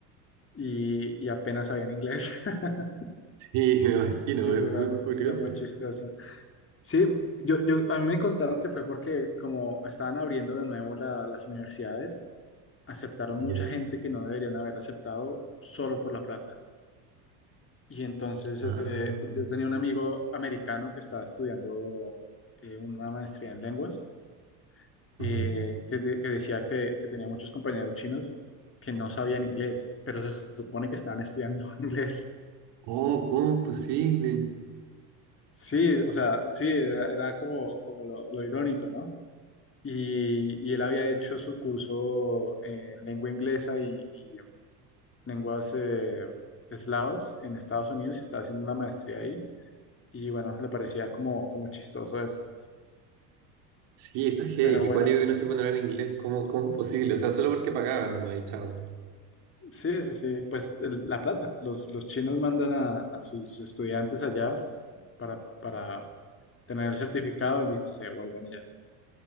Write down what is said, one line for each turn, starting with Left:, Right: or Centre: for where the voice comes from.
Left: y, y apenas sabían inglés. <laughs>
Right: Sí, <laughs> me imagino,
Left: Eso
Right: es muy
Left: era,
Right: curioso.
Left: eso era muy chistoso. Sí, yo, yo, a mí me contaron que fue porque como estaban abriendo de nuevo la- las universidades, aceptaron
Right: Ya.
Left: mucha gente que no deberían haber aceptado solo por la plata. Y entonces
Right: Ah,
Left: eh, yo tenía un amigo americano que estaba estudiando eh, una maestría en lenguas,
Right: ajá.
Left: eh, que, de- que decía que, que tenía muchos compañeros chinos que no sabían inglés, pero se supone que estaban estudiando <laughs> inglés.
Right: Oh, ¿cómo es posible?
Left: Sí, o sea, sí, era, era como, como lo, lo irónico, ¿no? y, y él había hecho su curso en lengua inglesa y, y lenguas eh, eslavas en Estados Unidos y estaba haciendo una maestría ahí. Y bueno, le parecía como, como chistoso eso.
Right: Sí, está heavy,
Left: Pero
Right: qué
Left: bueno,
Right: cuático que no se pueden hablar inglés. ¿Cómo, cómo es posible? O sea, solo porque pagaban nomás y chao.
Left: <laughs> sí, sí, sí, pues el- la plata. Los, los chinos mandan a, a sus estudiantes allá para, para tener el certificado y listo, se devuelven allá.